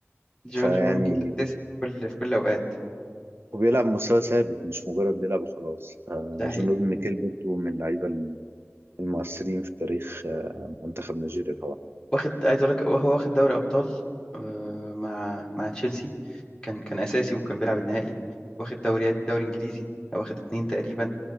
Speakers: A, on the left; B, on the right.
A: جون
B: فيعني
A: جون ميكيل اساسي في كل في كل الاوقات
B: وبيلعب مستوى ثابت مش مجرد بيلعب وخلاص آه،
A: ده حقيقي
B: جون أوبي ميكيل برضه من اللعيبة المؤثرين في تاريخ آه، منتخب نيجيريا طبعا
A: واخد عايز اقول لك هو واخد دوري ابطال آه، مع مع تشيلسي كان كان اساسي وكان بيلعب النهائي واخد دوريات دوري انجليزي واخد اتنين تقريبا